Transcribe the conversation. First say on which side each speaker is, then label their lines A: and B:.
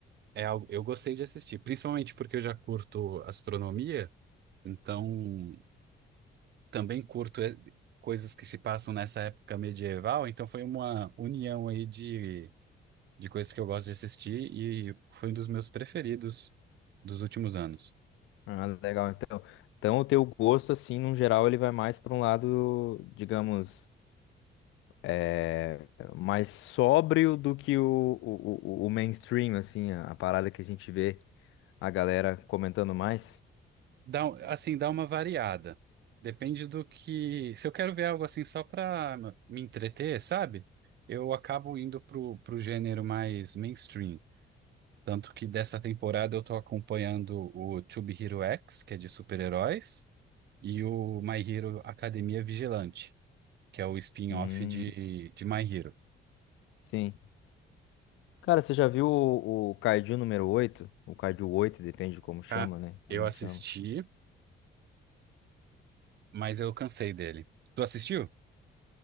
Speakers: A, on the right (about 60°); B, on the left (about 80°).
A: é algo, eu gostei de assistir, principalmente porque eu já curto astronomia, então também curto eh, coisas que se passam nessa época medieval, então foi uma união aí de, de coisas que eu gosto de assistir e foi um dos meus preferidos dos últimos anos.
B: Ah, legal. Então, então o teu gosto, assim, no geral, ele vai mais para um lado, digamos, é, mais sóbrio do que o, o, o o mainstream, assim, a a parada que a gente vê a galera comentando mais.
A: Dá, um- assim, dá uma variada. Depende do que. Se eu quero ver algo assim só pra me entreter, sabe? Eu acabo indo pro, pro gênero mais mainstream. Tanto que dessa temporada eu tô acompanhando o Tube Hero X, que é de super-heróis, e o My Hero Academia Vigilante, que é o spin-off
B: Hum,
A: de, de My Hero.
B: sim. Cara, você já viu o, o Kaiju número oito? O Kaiju 8 depende de como chama,
A: Ah,
B: né? Cada
A: eu assisti,
B: um chama.
A: mas eu cansei dele. Tu assistiu?